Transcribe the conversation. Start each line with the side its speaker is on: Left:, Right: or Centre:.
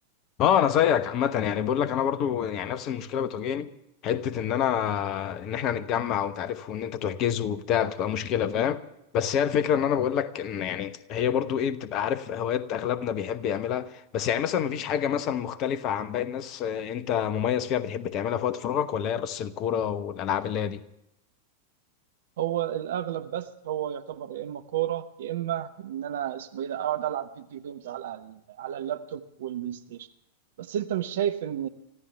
Left: اه انا زيك عامه يعني بقول لك انا برضو يعني نفس المشكله بتواجهني حته ان انا ان احنا نتجمع وانت عارف وان انت تحجزه وبتاع بتبقى مشكله فاهم بس هي الفكره ان انا بقول لك ان يعني هي برضو ايه بتبقى عارف هوايات اغلبنا بيحب يعملها بس يعني مثلا مفيش حاجه مثلا مختلفه عن باقي الناس آه، انت مميز فيها بتحب تعملها في وقت فراغك ولا هي بس الكوره والالعاب اللي هي دي
Right: هو الاغلب بس هو يعتبر يا اما كوره يا اما ان انا اسمه ايه ده اقعد العب فيديو جيمز على ال- على اللابتوب والبلاي ستيشن بس انت مش شايف ان